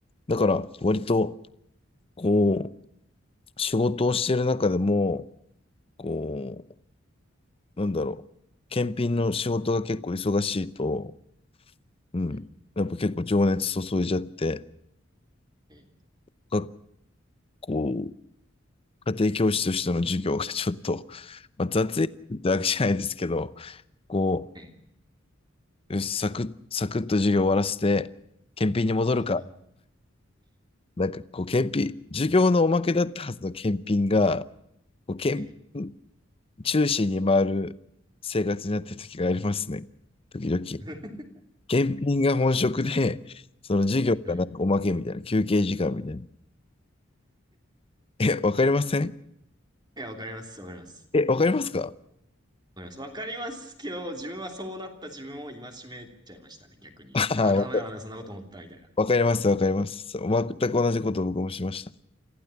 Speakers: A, on the left (about 30°); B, on the right (about 20°).
A: だから割と、こう、仕事をしている中でも、こなんだろう、検品の仕事が結構忙しいと、うん、
B: うん
A: やっぱ結構情熱注いじゃって、
B: ええ
A: 学校、家庭教師としての授業が <laughs> ちょっと、まあ、雑いってわけじゃないですけど、こ
B: ええ
A: う、よし、サクッ、サクッと授業終わらせて、検品に戻るか、
B: うんうん
A: なんかこう、検品、授業のおまけだったはずの検品が、こう検品
B: えええ
A: 中心に回る生活になってる時がありますね、時々。
B: <laughs>
A: 検品が本職で、その授業がなんかおまけみたいな、
B: え
A: 休憩時間みたいな。え、わかりません
B: いや、わかります、わかります。
A: え、わかりますか
B: わかります。わかりますけど、自分はそうなった自分を戒めちゃいましたね、逆に。
A: <laughs>
B: あ、
A: あわ
B: ダメだ、ダメだ、そんなこと思った、みたいな。
A: わかります、わかります。全く同じことを僕もしました。